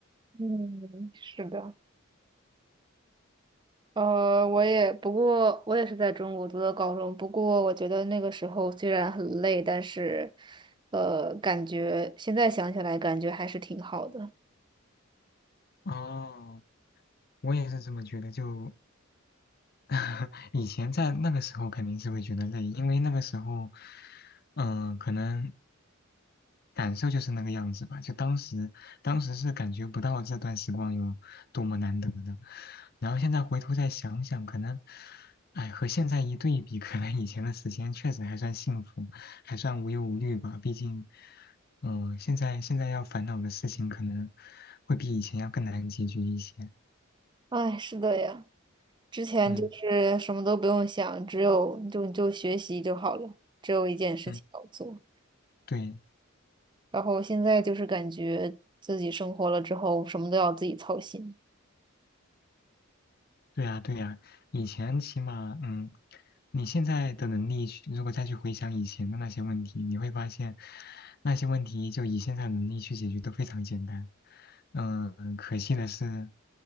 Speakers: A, on the right; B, on the left.
A: 嗯，是的，呃，我也不过我也是在中国读的高中，不过我觉得那个时候虽然很累，但是呃，感觉现在想起来感觉还是挺好的。
B: 哦，我也是这么觉得，就 <laughs> 以前在那个时候肯定是会觉得累，因为那个时候，嗯、可能感受就是那个样子吧。就当时，当时是感觉不到这段时光有多么难得的。然后现在回头再想想，可能，哎，和现在一对比，可能以前的时间确实还算幸福，还算无忧无虑吧。毕竟，嗯、现在现在要烦恼的事情可能会比以前要更难解决一些。
A: 哎，是的呀。之前就是什么都不用想，
B: 嗯
A: 只有就就学习就好了，只有一件事情要做。
B: 嗯，对。
A: 然后现在就是感觉自己生活了之后，什么都要自己操心。
B: 对呀，对呀，以前起码，嗯，你现在的能力去如果再去回想以前的那些问题，你会发现，那些问题就以现在的能力去解决都非常简单。嗯，可惜的是，